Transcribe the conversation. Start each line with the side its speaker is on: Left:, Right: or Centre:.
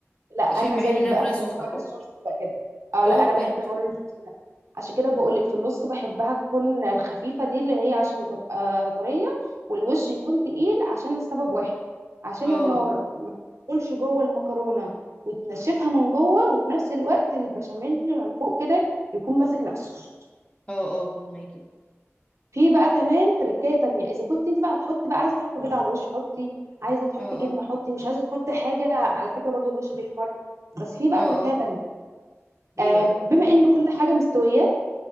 Right: لا انا
Left: عشان احنا
Right: زيك
Left: بنحب ان انا
Right: بقى
Left: اكلها
Right: في
Left: سخنة
Right: الحوار الجوس
Left: اه
Right: بقى كده اه
Left: اه
Right: لا انا بحب
Left: بجد
Right: حوار الجوس ده عشان كده بقول لك في النص بحبها تكون الخفيفه دي اللي هي عشان تبقى طريه والوش يكون تقيل عشان سبب واحد عشان
Left: اه
Right: النار ما تدخلش جوه المكرونه وتنشفها من جوه وفي نفس الوقت البشاميل اللي من فوق كده يكون ماسك نفسه
Left: اه اه فهماكي
Right: في بقى كمان تركايه تانية اذا كنت انت بقى هتحطي بقى عايزه تحطي بيض على الوش حطي عايزه تحطي
Left: اه
Right: جبنه
Left: اه
Right: حطي مش عايزه تحطي حاجه على فكره برضو الوش بيحمر بس في بقى
Left: اه
Right: تركايه
Left: اه
Right: تانية
Left: ايه
Right: آه
Left: بقى
Right: بما ان كل حاجه مستويه